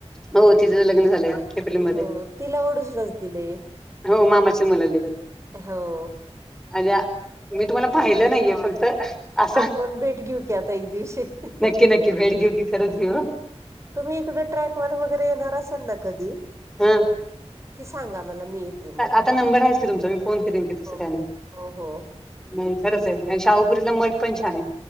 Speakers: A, in the centre; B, on the right (about 25°).
A: हो तिथंच लग्न झालंय. एप्रिलमध्ये
B: हो तिला वडूजलाच दिलंय.
A: हो मामाच्या मुलाला दिले.
B: हो.
A: अय्या मी तुम्हाला पाहिलं नाहीये फक्त असं
B: आपण भेट घेऊ की आता एक दिवशी. हां.
A: नक्की नक्की वेळ भेट कि खरच घेऊ ह.
B: तुम्ही इकडे ट्रॅकवर वगैरे येणार असाल ना कधी?
A: हम्म.
B: की सांगा मला मी मग.
A: आता नंबर आहेच की तुमचा मी फोन करेन की तसं तसं
B: हो
A: काही नाही.
B: हो, हो.
A: नाही खरंच
B: तेच.
A: आहे
B: की.
A: शाहुपुरीतलं मठ पण छान आहे.